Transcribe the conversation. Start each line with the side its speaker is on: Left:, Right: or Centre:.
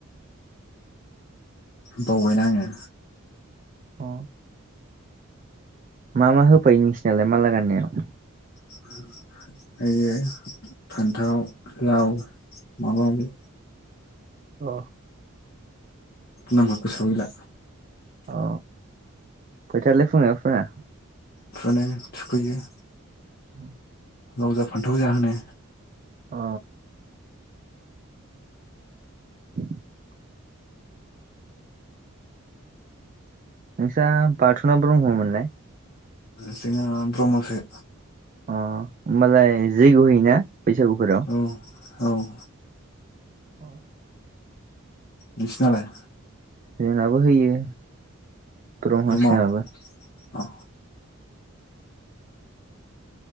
Left: बावबायना आंओ।
Right: अ। मा मा होफैयो नोंसिनालाय माला गाननायाव।
Left: <inaudible> होयो फान्थाव लाव माबा माबि।
Right: अ।
Left: नामा गोसोआव गैला।
Right: अ फैथायालै फुनोना फुना।
Left: फुनो थुखैयो।
Right: अ।
Left: लावजा फान्थाव जाहोनो।
Right: अ। <inaudible> नोंसा बाथुना ब्रह्ममोनलाय।
Left: जोंहा ब्रह्मसो।
Right: अ होमबालाय जैग्य' होयोना बैसागु फोराव?
Left: औ औ
Right: अ
Left: नोंसिनालाय?
Right: जोंनाबो होयो। ब्रह्म
Left: बह्म
Right: जोंहाबो
Left: अ